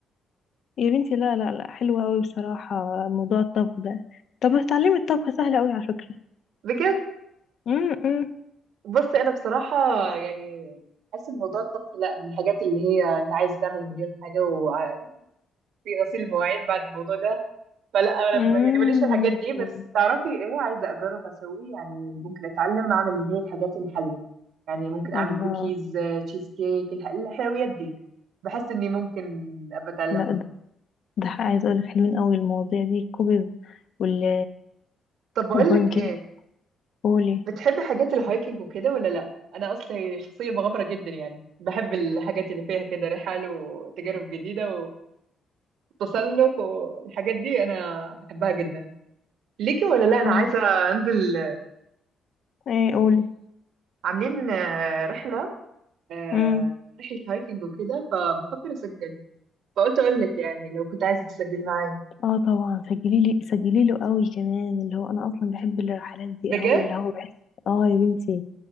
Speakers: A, on the left (about 60°); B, on the right (about 75°).
A: يا بنتي لا لا لا حلوه قوي بصراحه موضوع الطبخ ده طب ما تتعلمي الطبخ سهل قوي على فكره
B: بجد
A: امم
B: بص انا بصراحه يعني حاسس ان موضوع الطبخ لا من الحاجات اللي هي انت عايز تعمل مليون حاجه وفي غسيل مواعين بعد الموضوع ده فلا أنا
A: امم
B: لما يعني ماليش في الحاجات دي بس تعرفي ايه عايزه اجرب اسوي يعني ممكن اتعلم اعمل اللي هي الحاجات الحلوه يعني ممكن اعمل
A: الله
B: كوكيز آه، تشيز كيك الح- الحلويات دي بحس اني ممكن ابقى اتعلمها
A: لا ده ده عايزه اقول لك حلوين قوي المواضيع دي الكوبز وال
B: طب بقول
A: والبانكيك
B: لك ايه
A: قولي
B: بتحب حاجات الهايكنج وكده ولا لا انا اصلا شخصيه مغامره جدا يعني بحب الحاجات اللي فيها كده رحل وتجارب جديده وتسلق والحاجات دي انا بحبها جدا ليكي ولا لا انا
A: اه
B: عايزه انزل
A: ايه قولي
B: عاملين آه، رحله آه،
A: بصي
B: رحله هايكنج وكده فبفكر اسجل فقلت اقول لك يعني لو كنت عايزه تسجلي معايا
A: اه طبعا سجلي لي سجلي له قوي كمان اللي هو انا اصلا بحب الرحلات دي
B: بجد
A: قوي اللي هو بحس اه يا بنتي